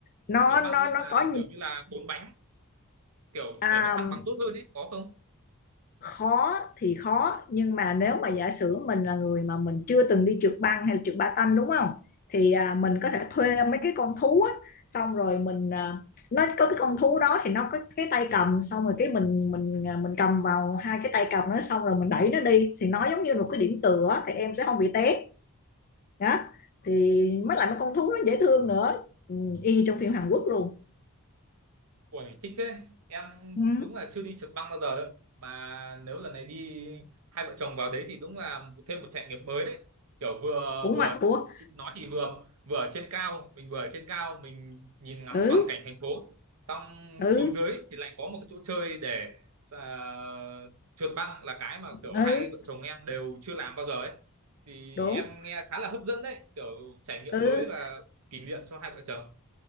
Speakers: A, on the left; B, on the right.
A: nó
B: trượt
A: nó
B: băng nhưng
A: nó
B: mà
A: có
B: kiểu như là bốn bánh kiểu
A: à,
B: để nó thăng bằng tốt hơn ấy có không?
A: khó thì khó nhưng mà nếu mà giả sử mình là người mà mình chưa từng đi trượt băng hay là trượt patin đúng không thì à, mình có thể thuê mấy cái con thú á xong rồi mình à, nó có cái con thú đó thì nó có cái tay cầm xong rồi cái mình mình à, mình cầm vào hai cái tay cầm nó xong rồi mình đẩy nó đi thì nó giống như một cái điểm tựa á, thì em sẽ không bị té đó thì mới lại mấy con thú nó dễ thương nữa ừ, y như trong phim Hàn Quốc luôn
B: Uầy, thích thế. Em
A: ừ,
B: đúng là chưa đi trượt băng bao giờ đâu. Mà nếu lần này đi hai vợ chồng vào đấy thì đúng là thêm một trải nghiệm mới đấy. Kiểu vừa
A: cũng
B: vừa
A: mặc của
B: chị nói thì vừa vừa ở trên cao, mình vừa ở trên cao mình nhìn ngắm
A: ừ
B: toàn cảnh thành phố. Xong
A: ừ
B: xuống dưới thì lại có một cái chỗ chơi để à, trượt băng là cái mà kiểu
A: ừ
B: hai vợ chồng em đều chưa làm bao giờ ấy. Thì
A: đúng
B: em nghe khá là hấp dẫn đấy, kiểu trải nghiệm
A: ừ
B: mới và kỷ niệm cho hai vợ chồng.